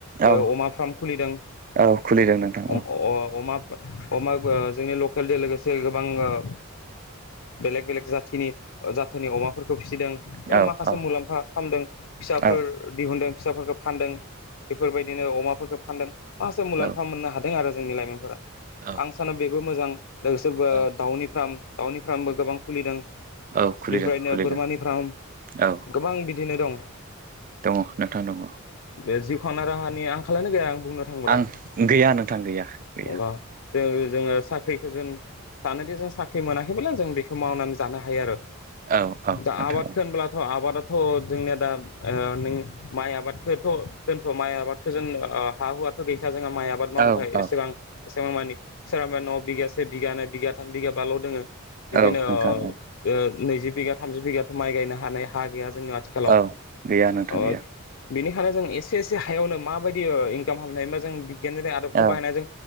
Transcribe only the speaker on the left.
ओ अमा फार्म खुलिदों
अ-अ-अमा
अमा ओ जोंनि लकेलजों लोगोसे गोबां ओ बेलेग बेलेग जाथिनि जाथोनि अमाफोरखौ फिसिदों बे
माखासे
मुलाम्फा खामदों फिसाफोर
दिहुनदों फिसाफोरखौ फानदों बेफोरबायदिनो अमाफोरखौ फानदों मासे मुलाम्फा
मोननो हादों आरो जोंनि लाइमोनफोरा आं
सानो बेबो मोजां लोगोसे बो
दाउनि फार्म दाउनि फार्मबो गोबां खुलिदों
बेफोर बायदिनो
बोरमानि फार्म
गोबां बिदिनो दं।
बे जिउ खांना राहानि आंखालानो गैया आं बुंनो थांबोला
ग जोङो जोङो साख्रि जोन सानोदि जों साख्रि मोनाखैबोब्ला जों बेखौ मावनानै जानो हायो आरो।
दा
आबाद
होनब्लाथ' आबादा थ' जोंनिया दा ओ नों माइ आबादखोथ' दोनथ' माइ आबादखो जोन ओ हा हुवाथ' गैखा जोङा माइ आबाद मावनो
थाखाय
एसेबां एसेबां मानि सोरबा न' बिगासे बिगानै बिगाथाम बिगाब बाल' दोङो इदिनो
ओ
ओ नैजि बिगा थामजि बिगाथ' माइ गायनो हानाय हा गैया जोंनि आथिखालाव
ओ
बेनिखायनो जों एसे एसे हायावनो माबादि इनकाम खालामनाय हा जों बिगियाननि आदबखौ
बाहायनाय जों